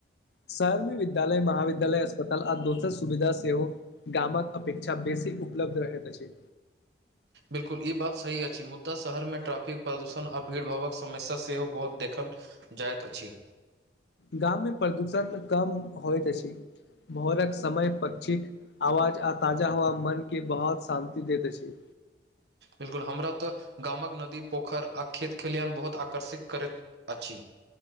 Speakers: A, on the left (about 70°); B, on the right (about 70°).
A: शहरमे विद्यालय महाविद्यालय अस्पताल आ दोसर सुविधा सेहो गामक अपेक्षा बेसी उपलब्ध रहैत अछि
B: बिल्कुल ई बात सही अछि मुद्दा शहरमे ट्रैफिक प्रदूषण आ भीड़ भावक समस्या सेहो बहुत देखल जाइत अछि
A: गाम मे प्रदूषण कम होयत अछि भोरक समय पक्षी क आवाज आ ताजा हवा मन के बहुत शान्ति देत अछि
B: बिल्कुल हमरा तऽ गामक नदी पोखरि आ खेत खलिहान बहुत आकर्षित करैत अछि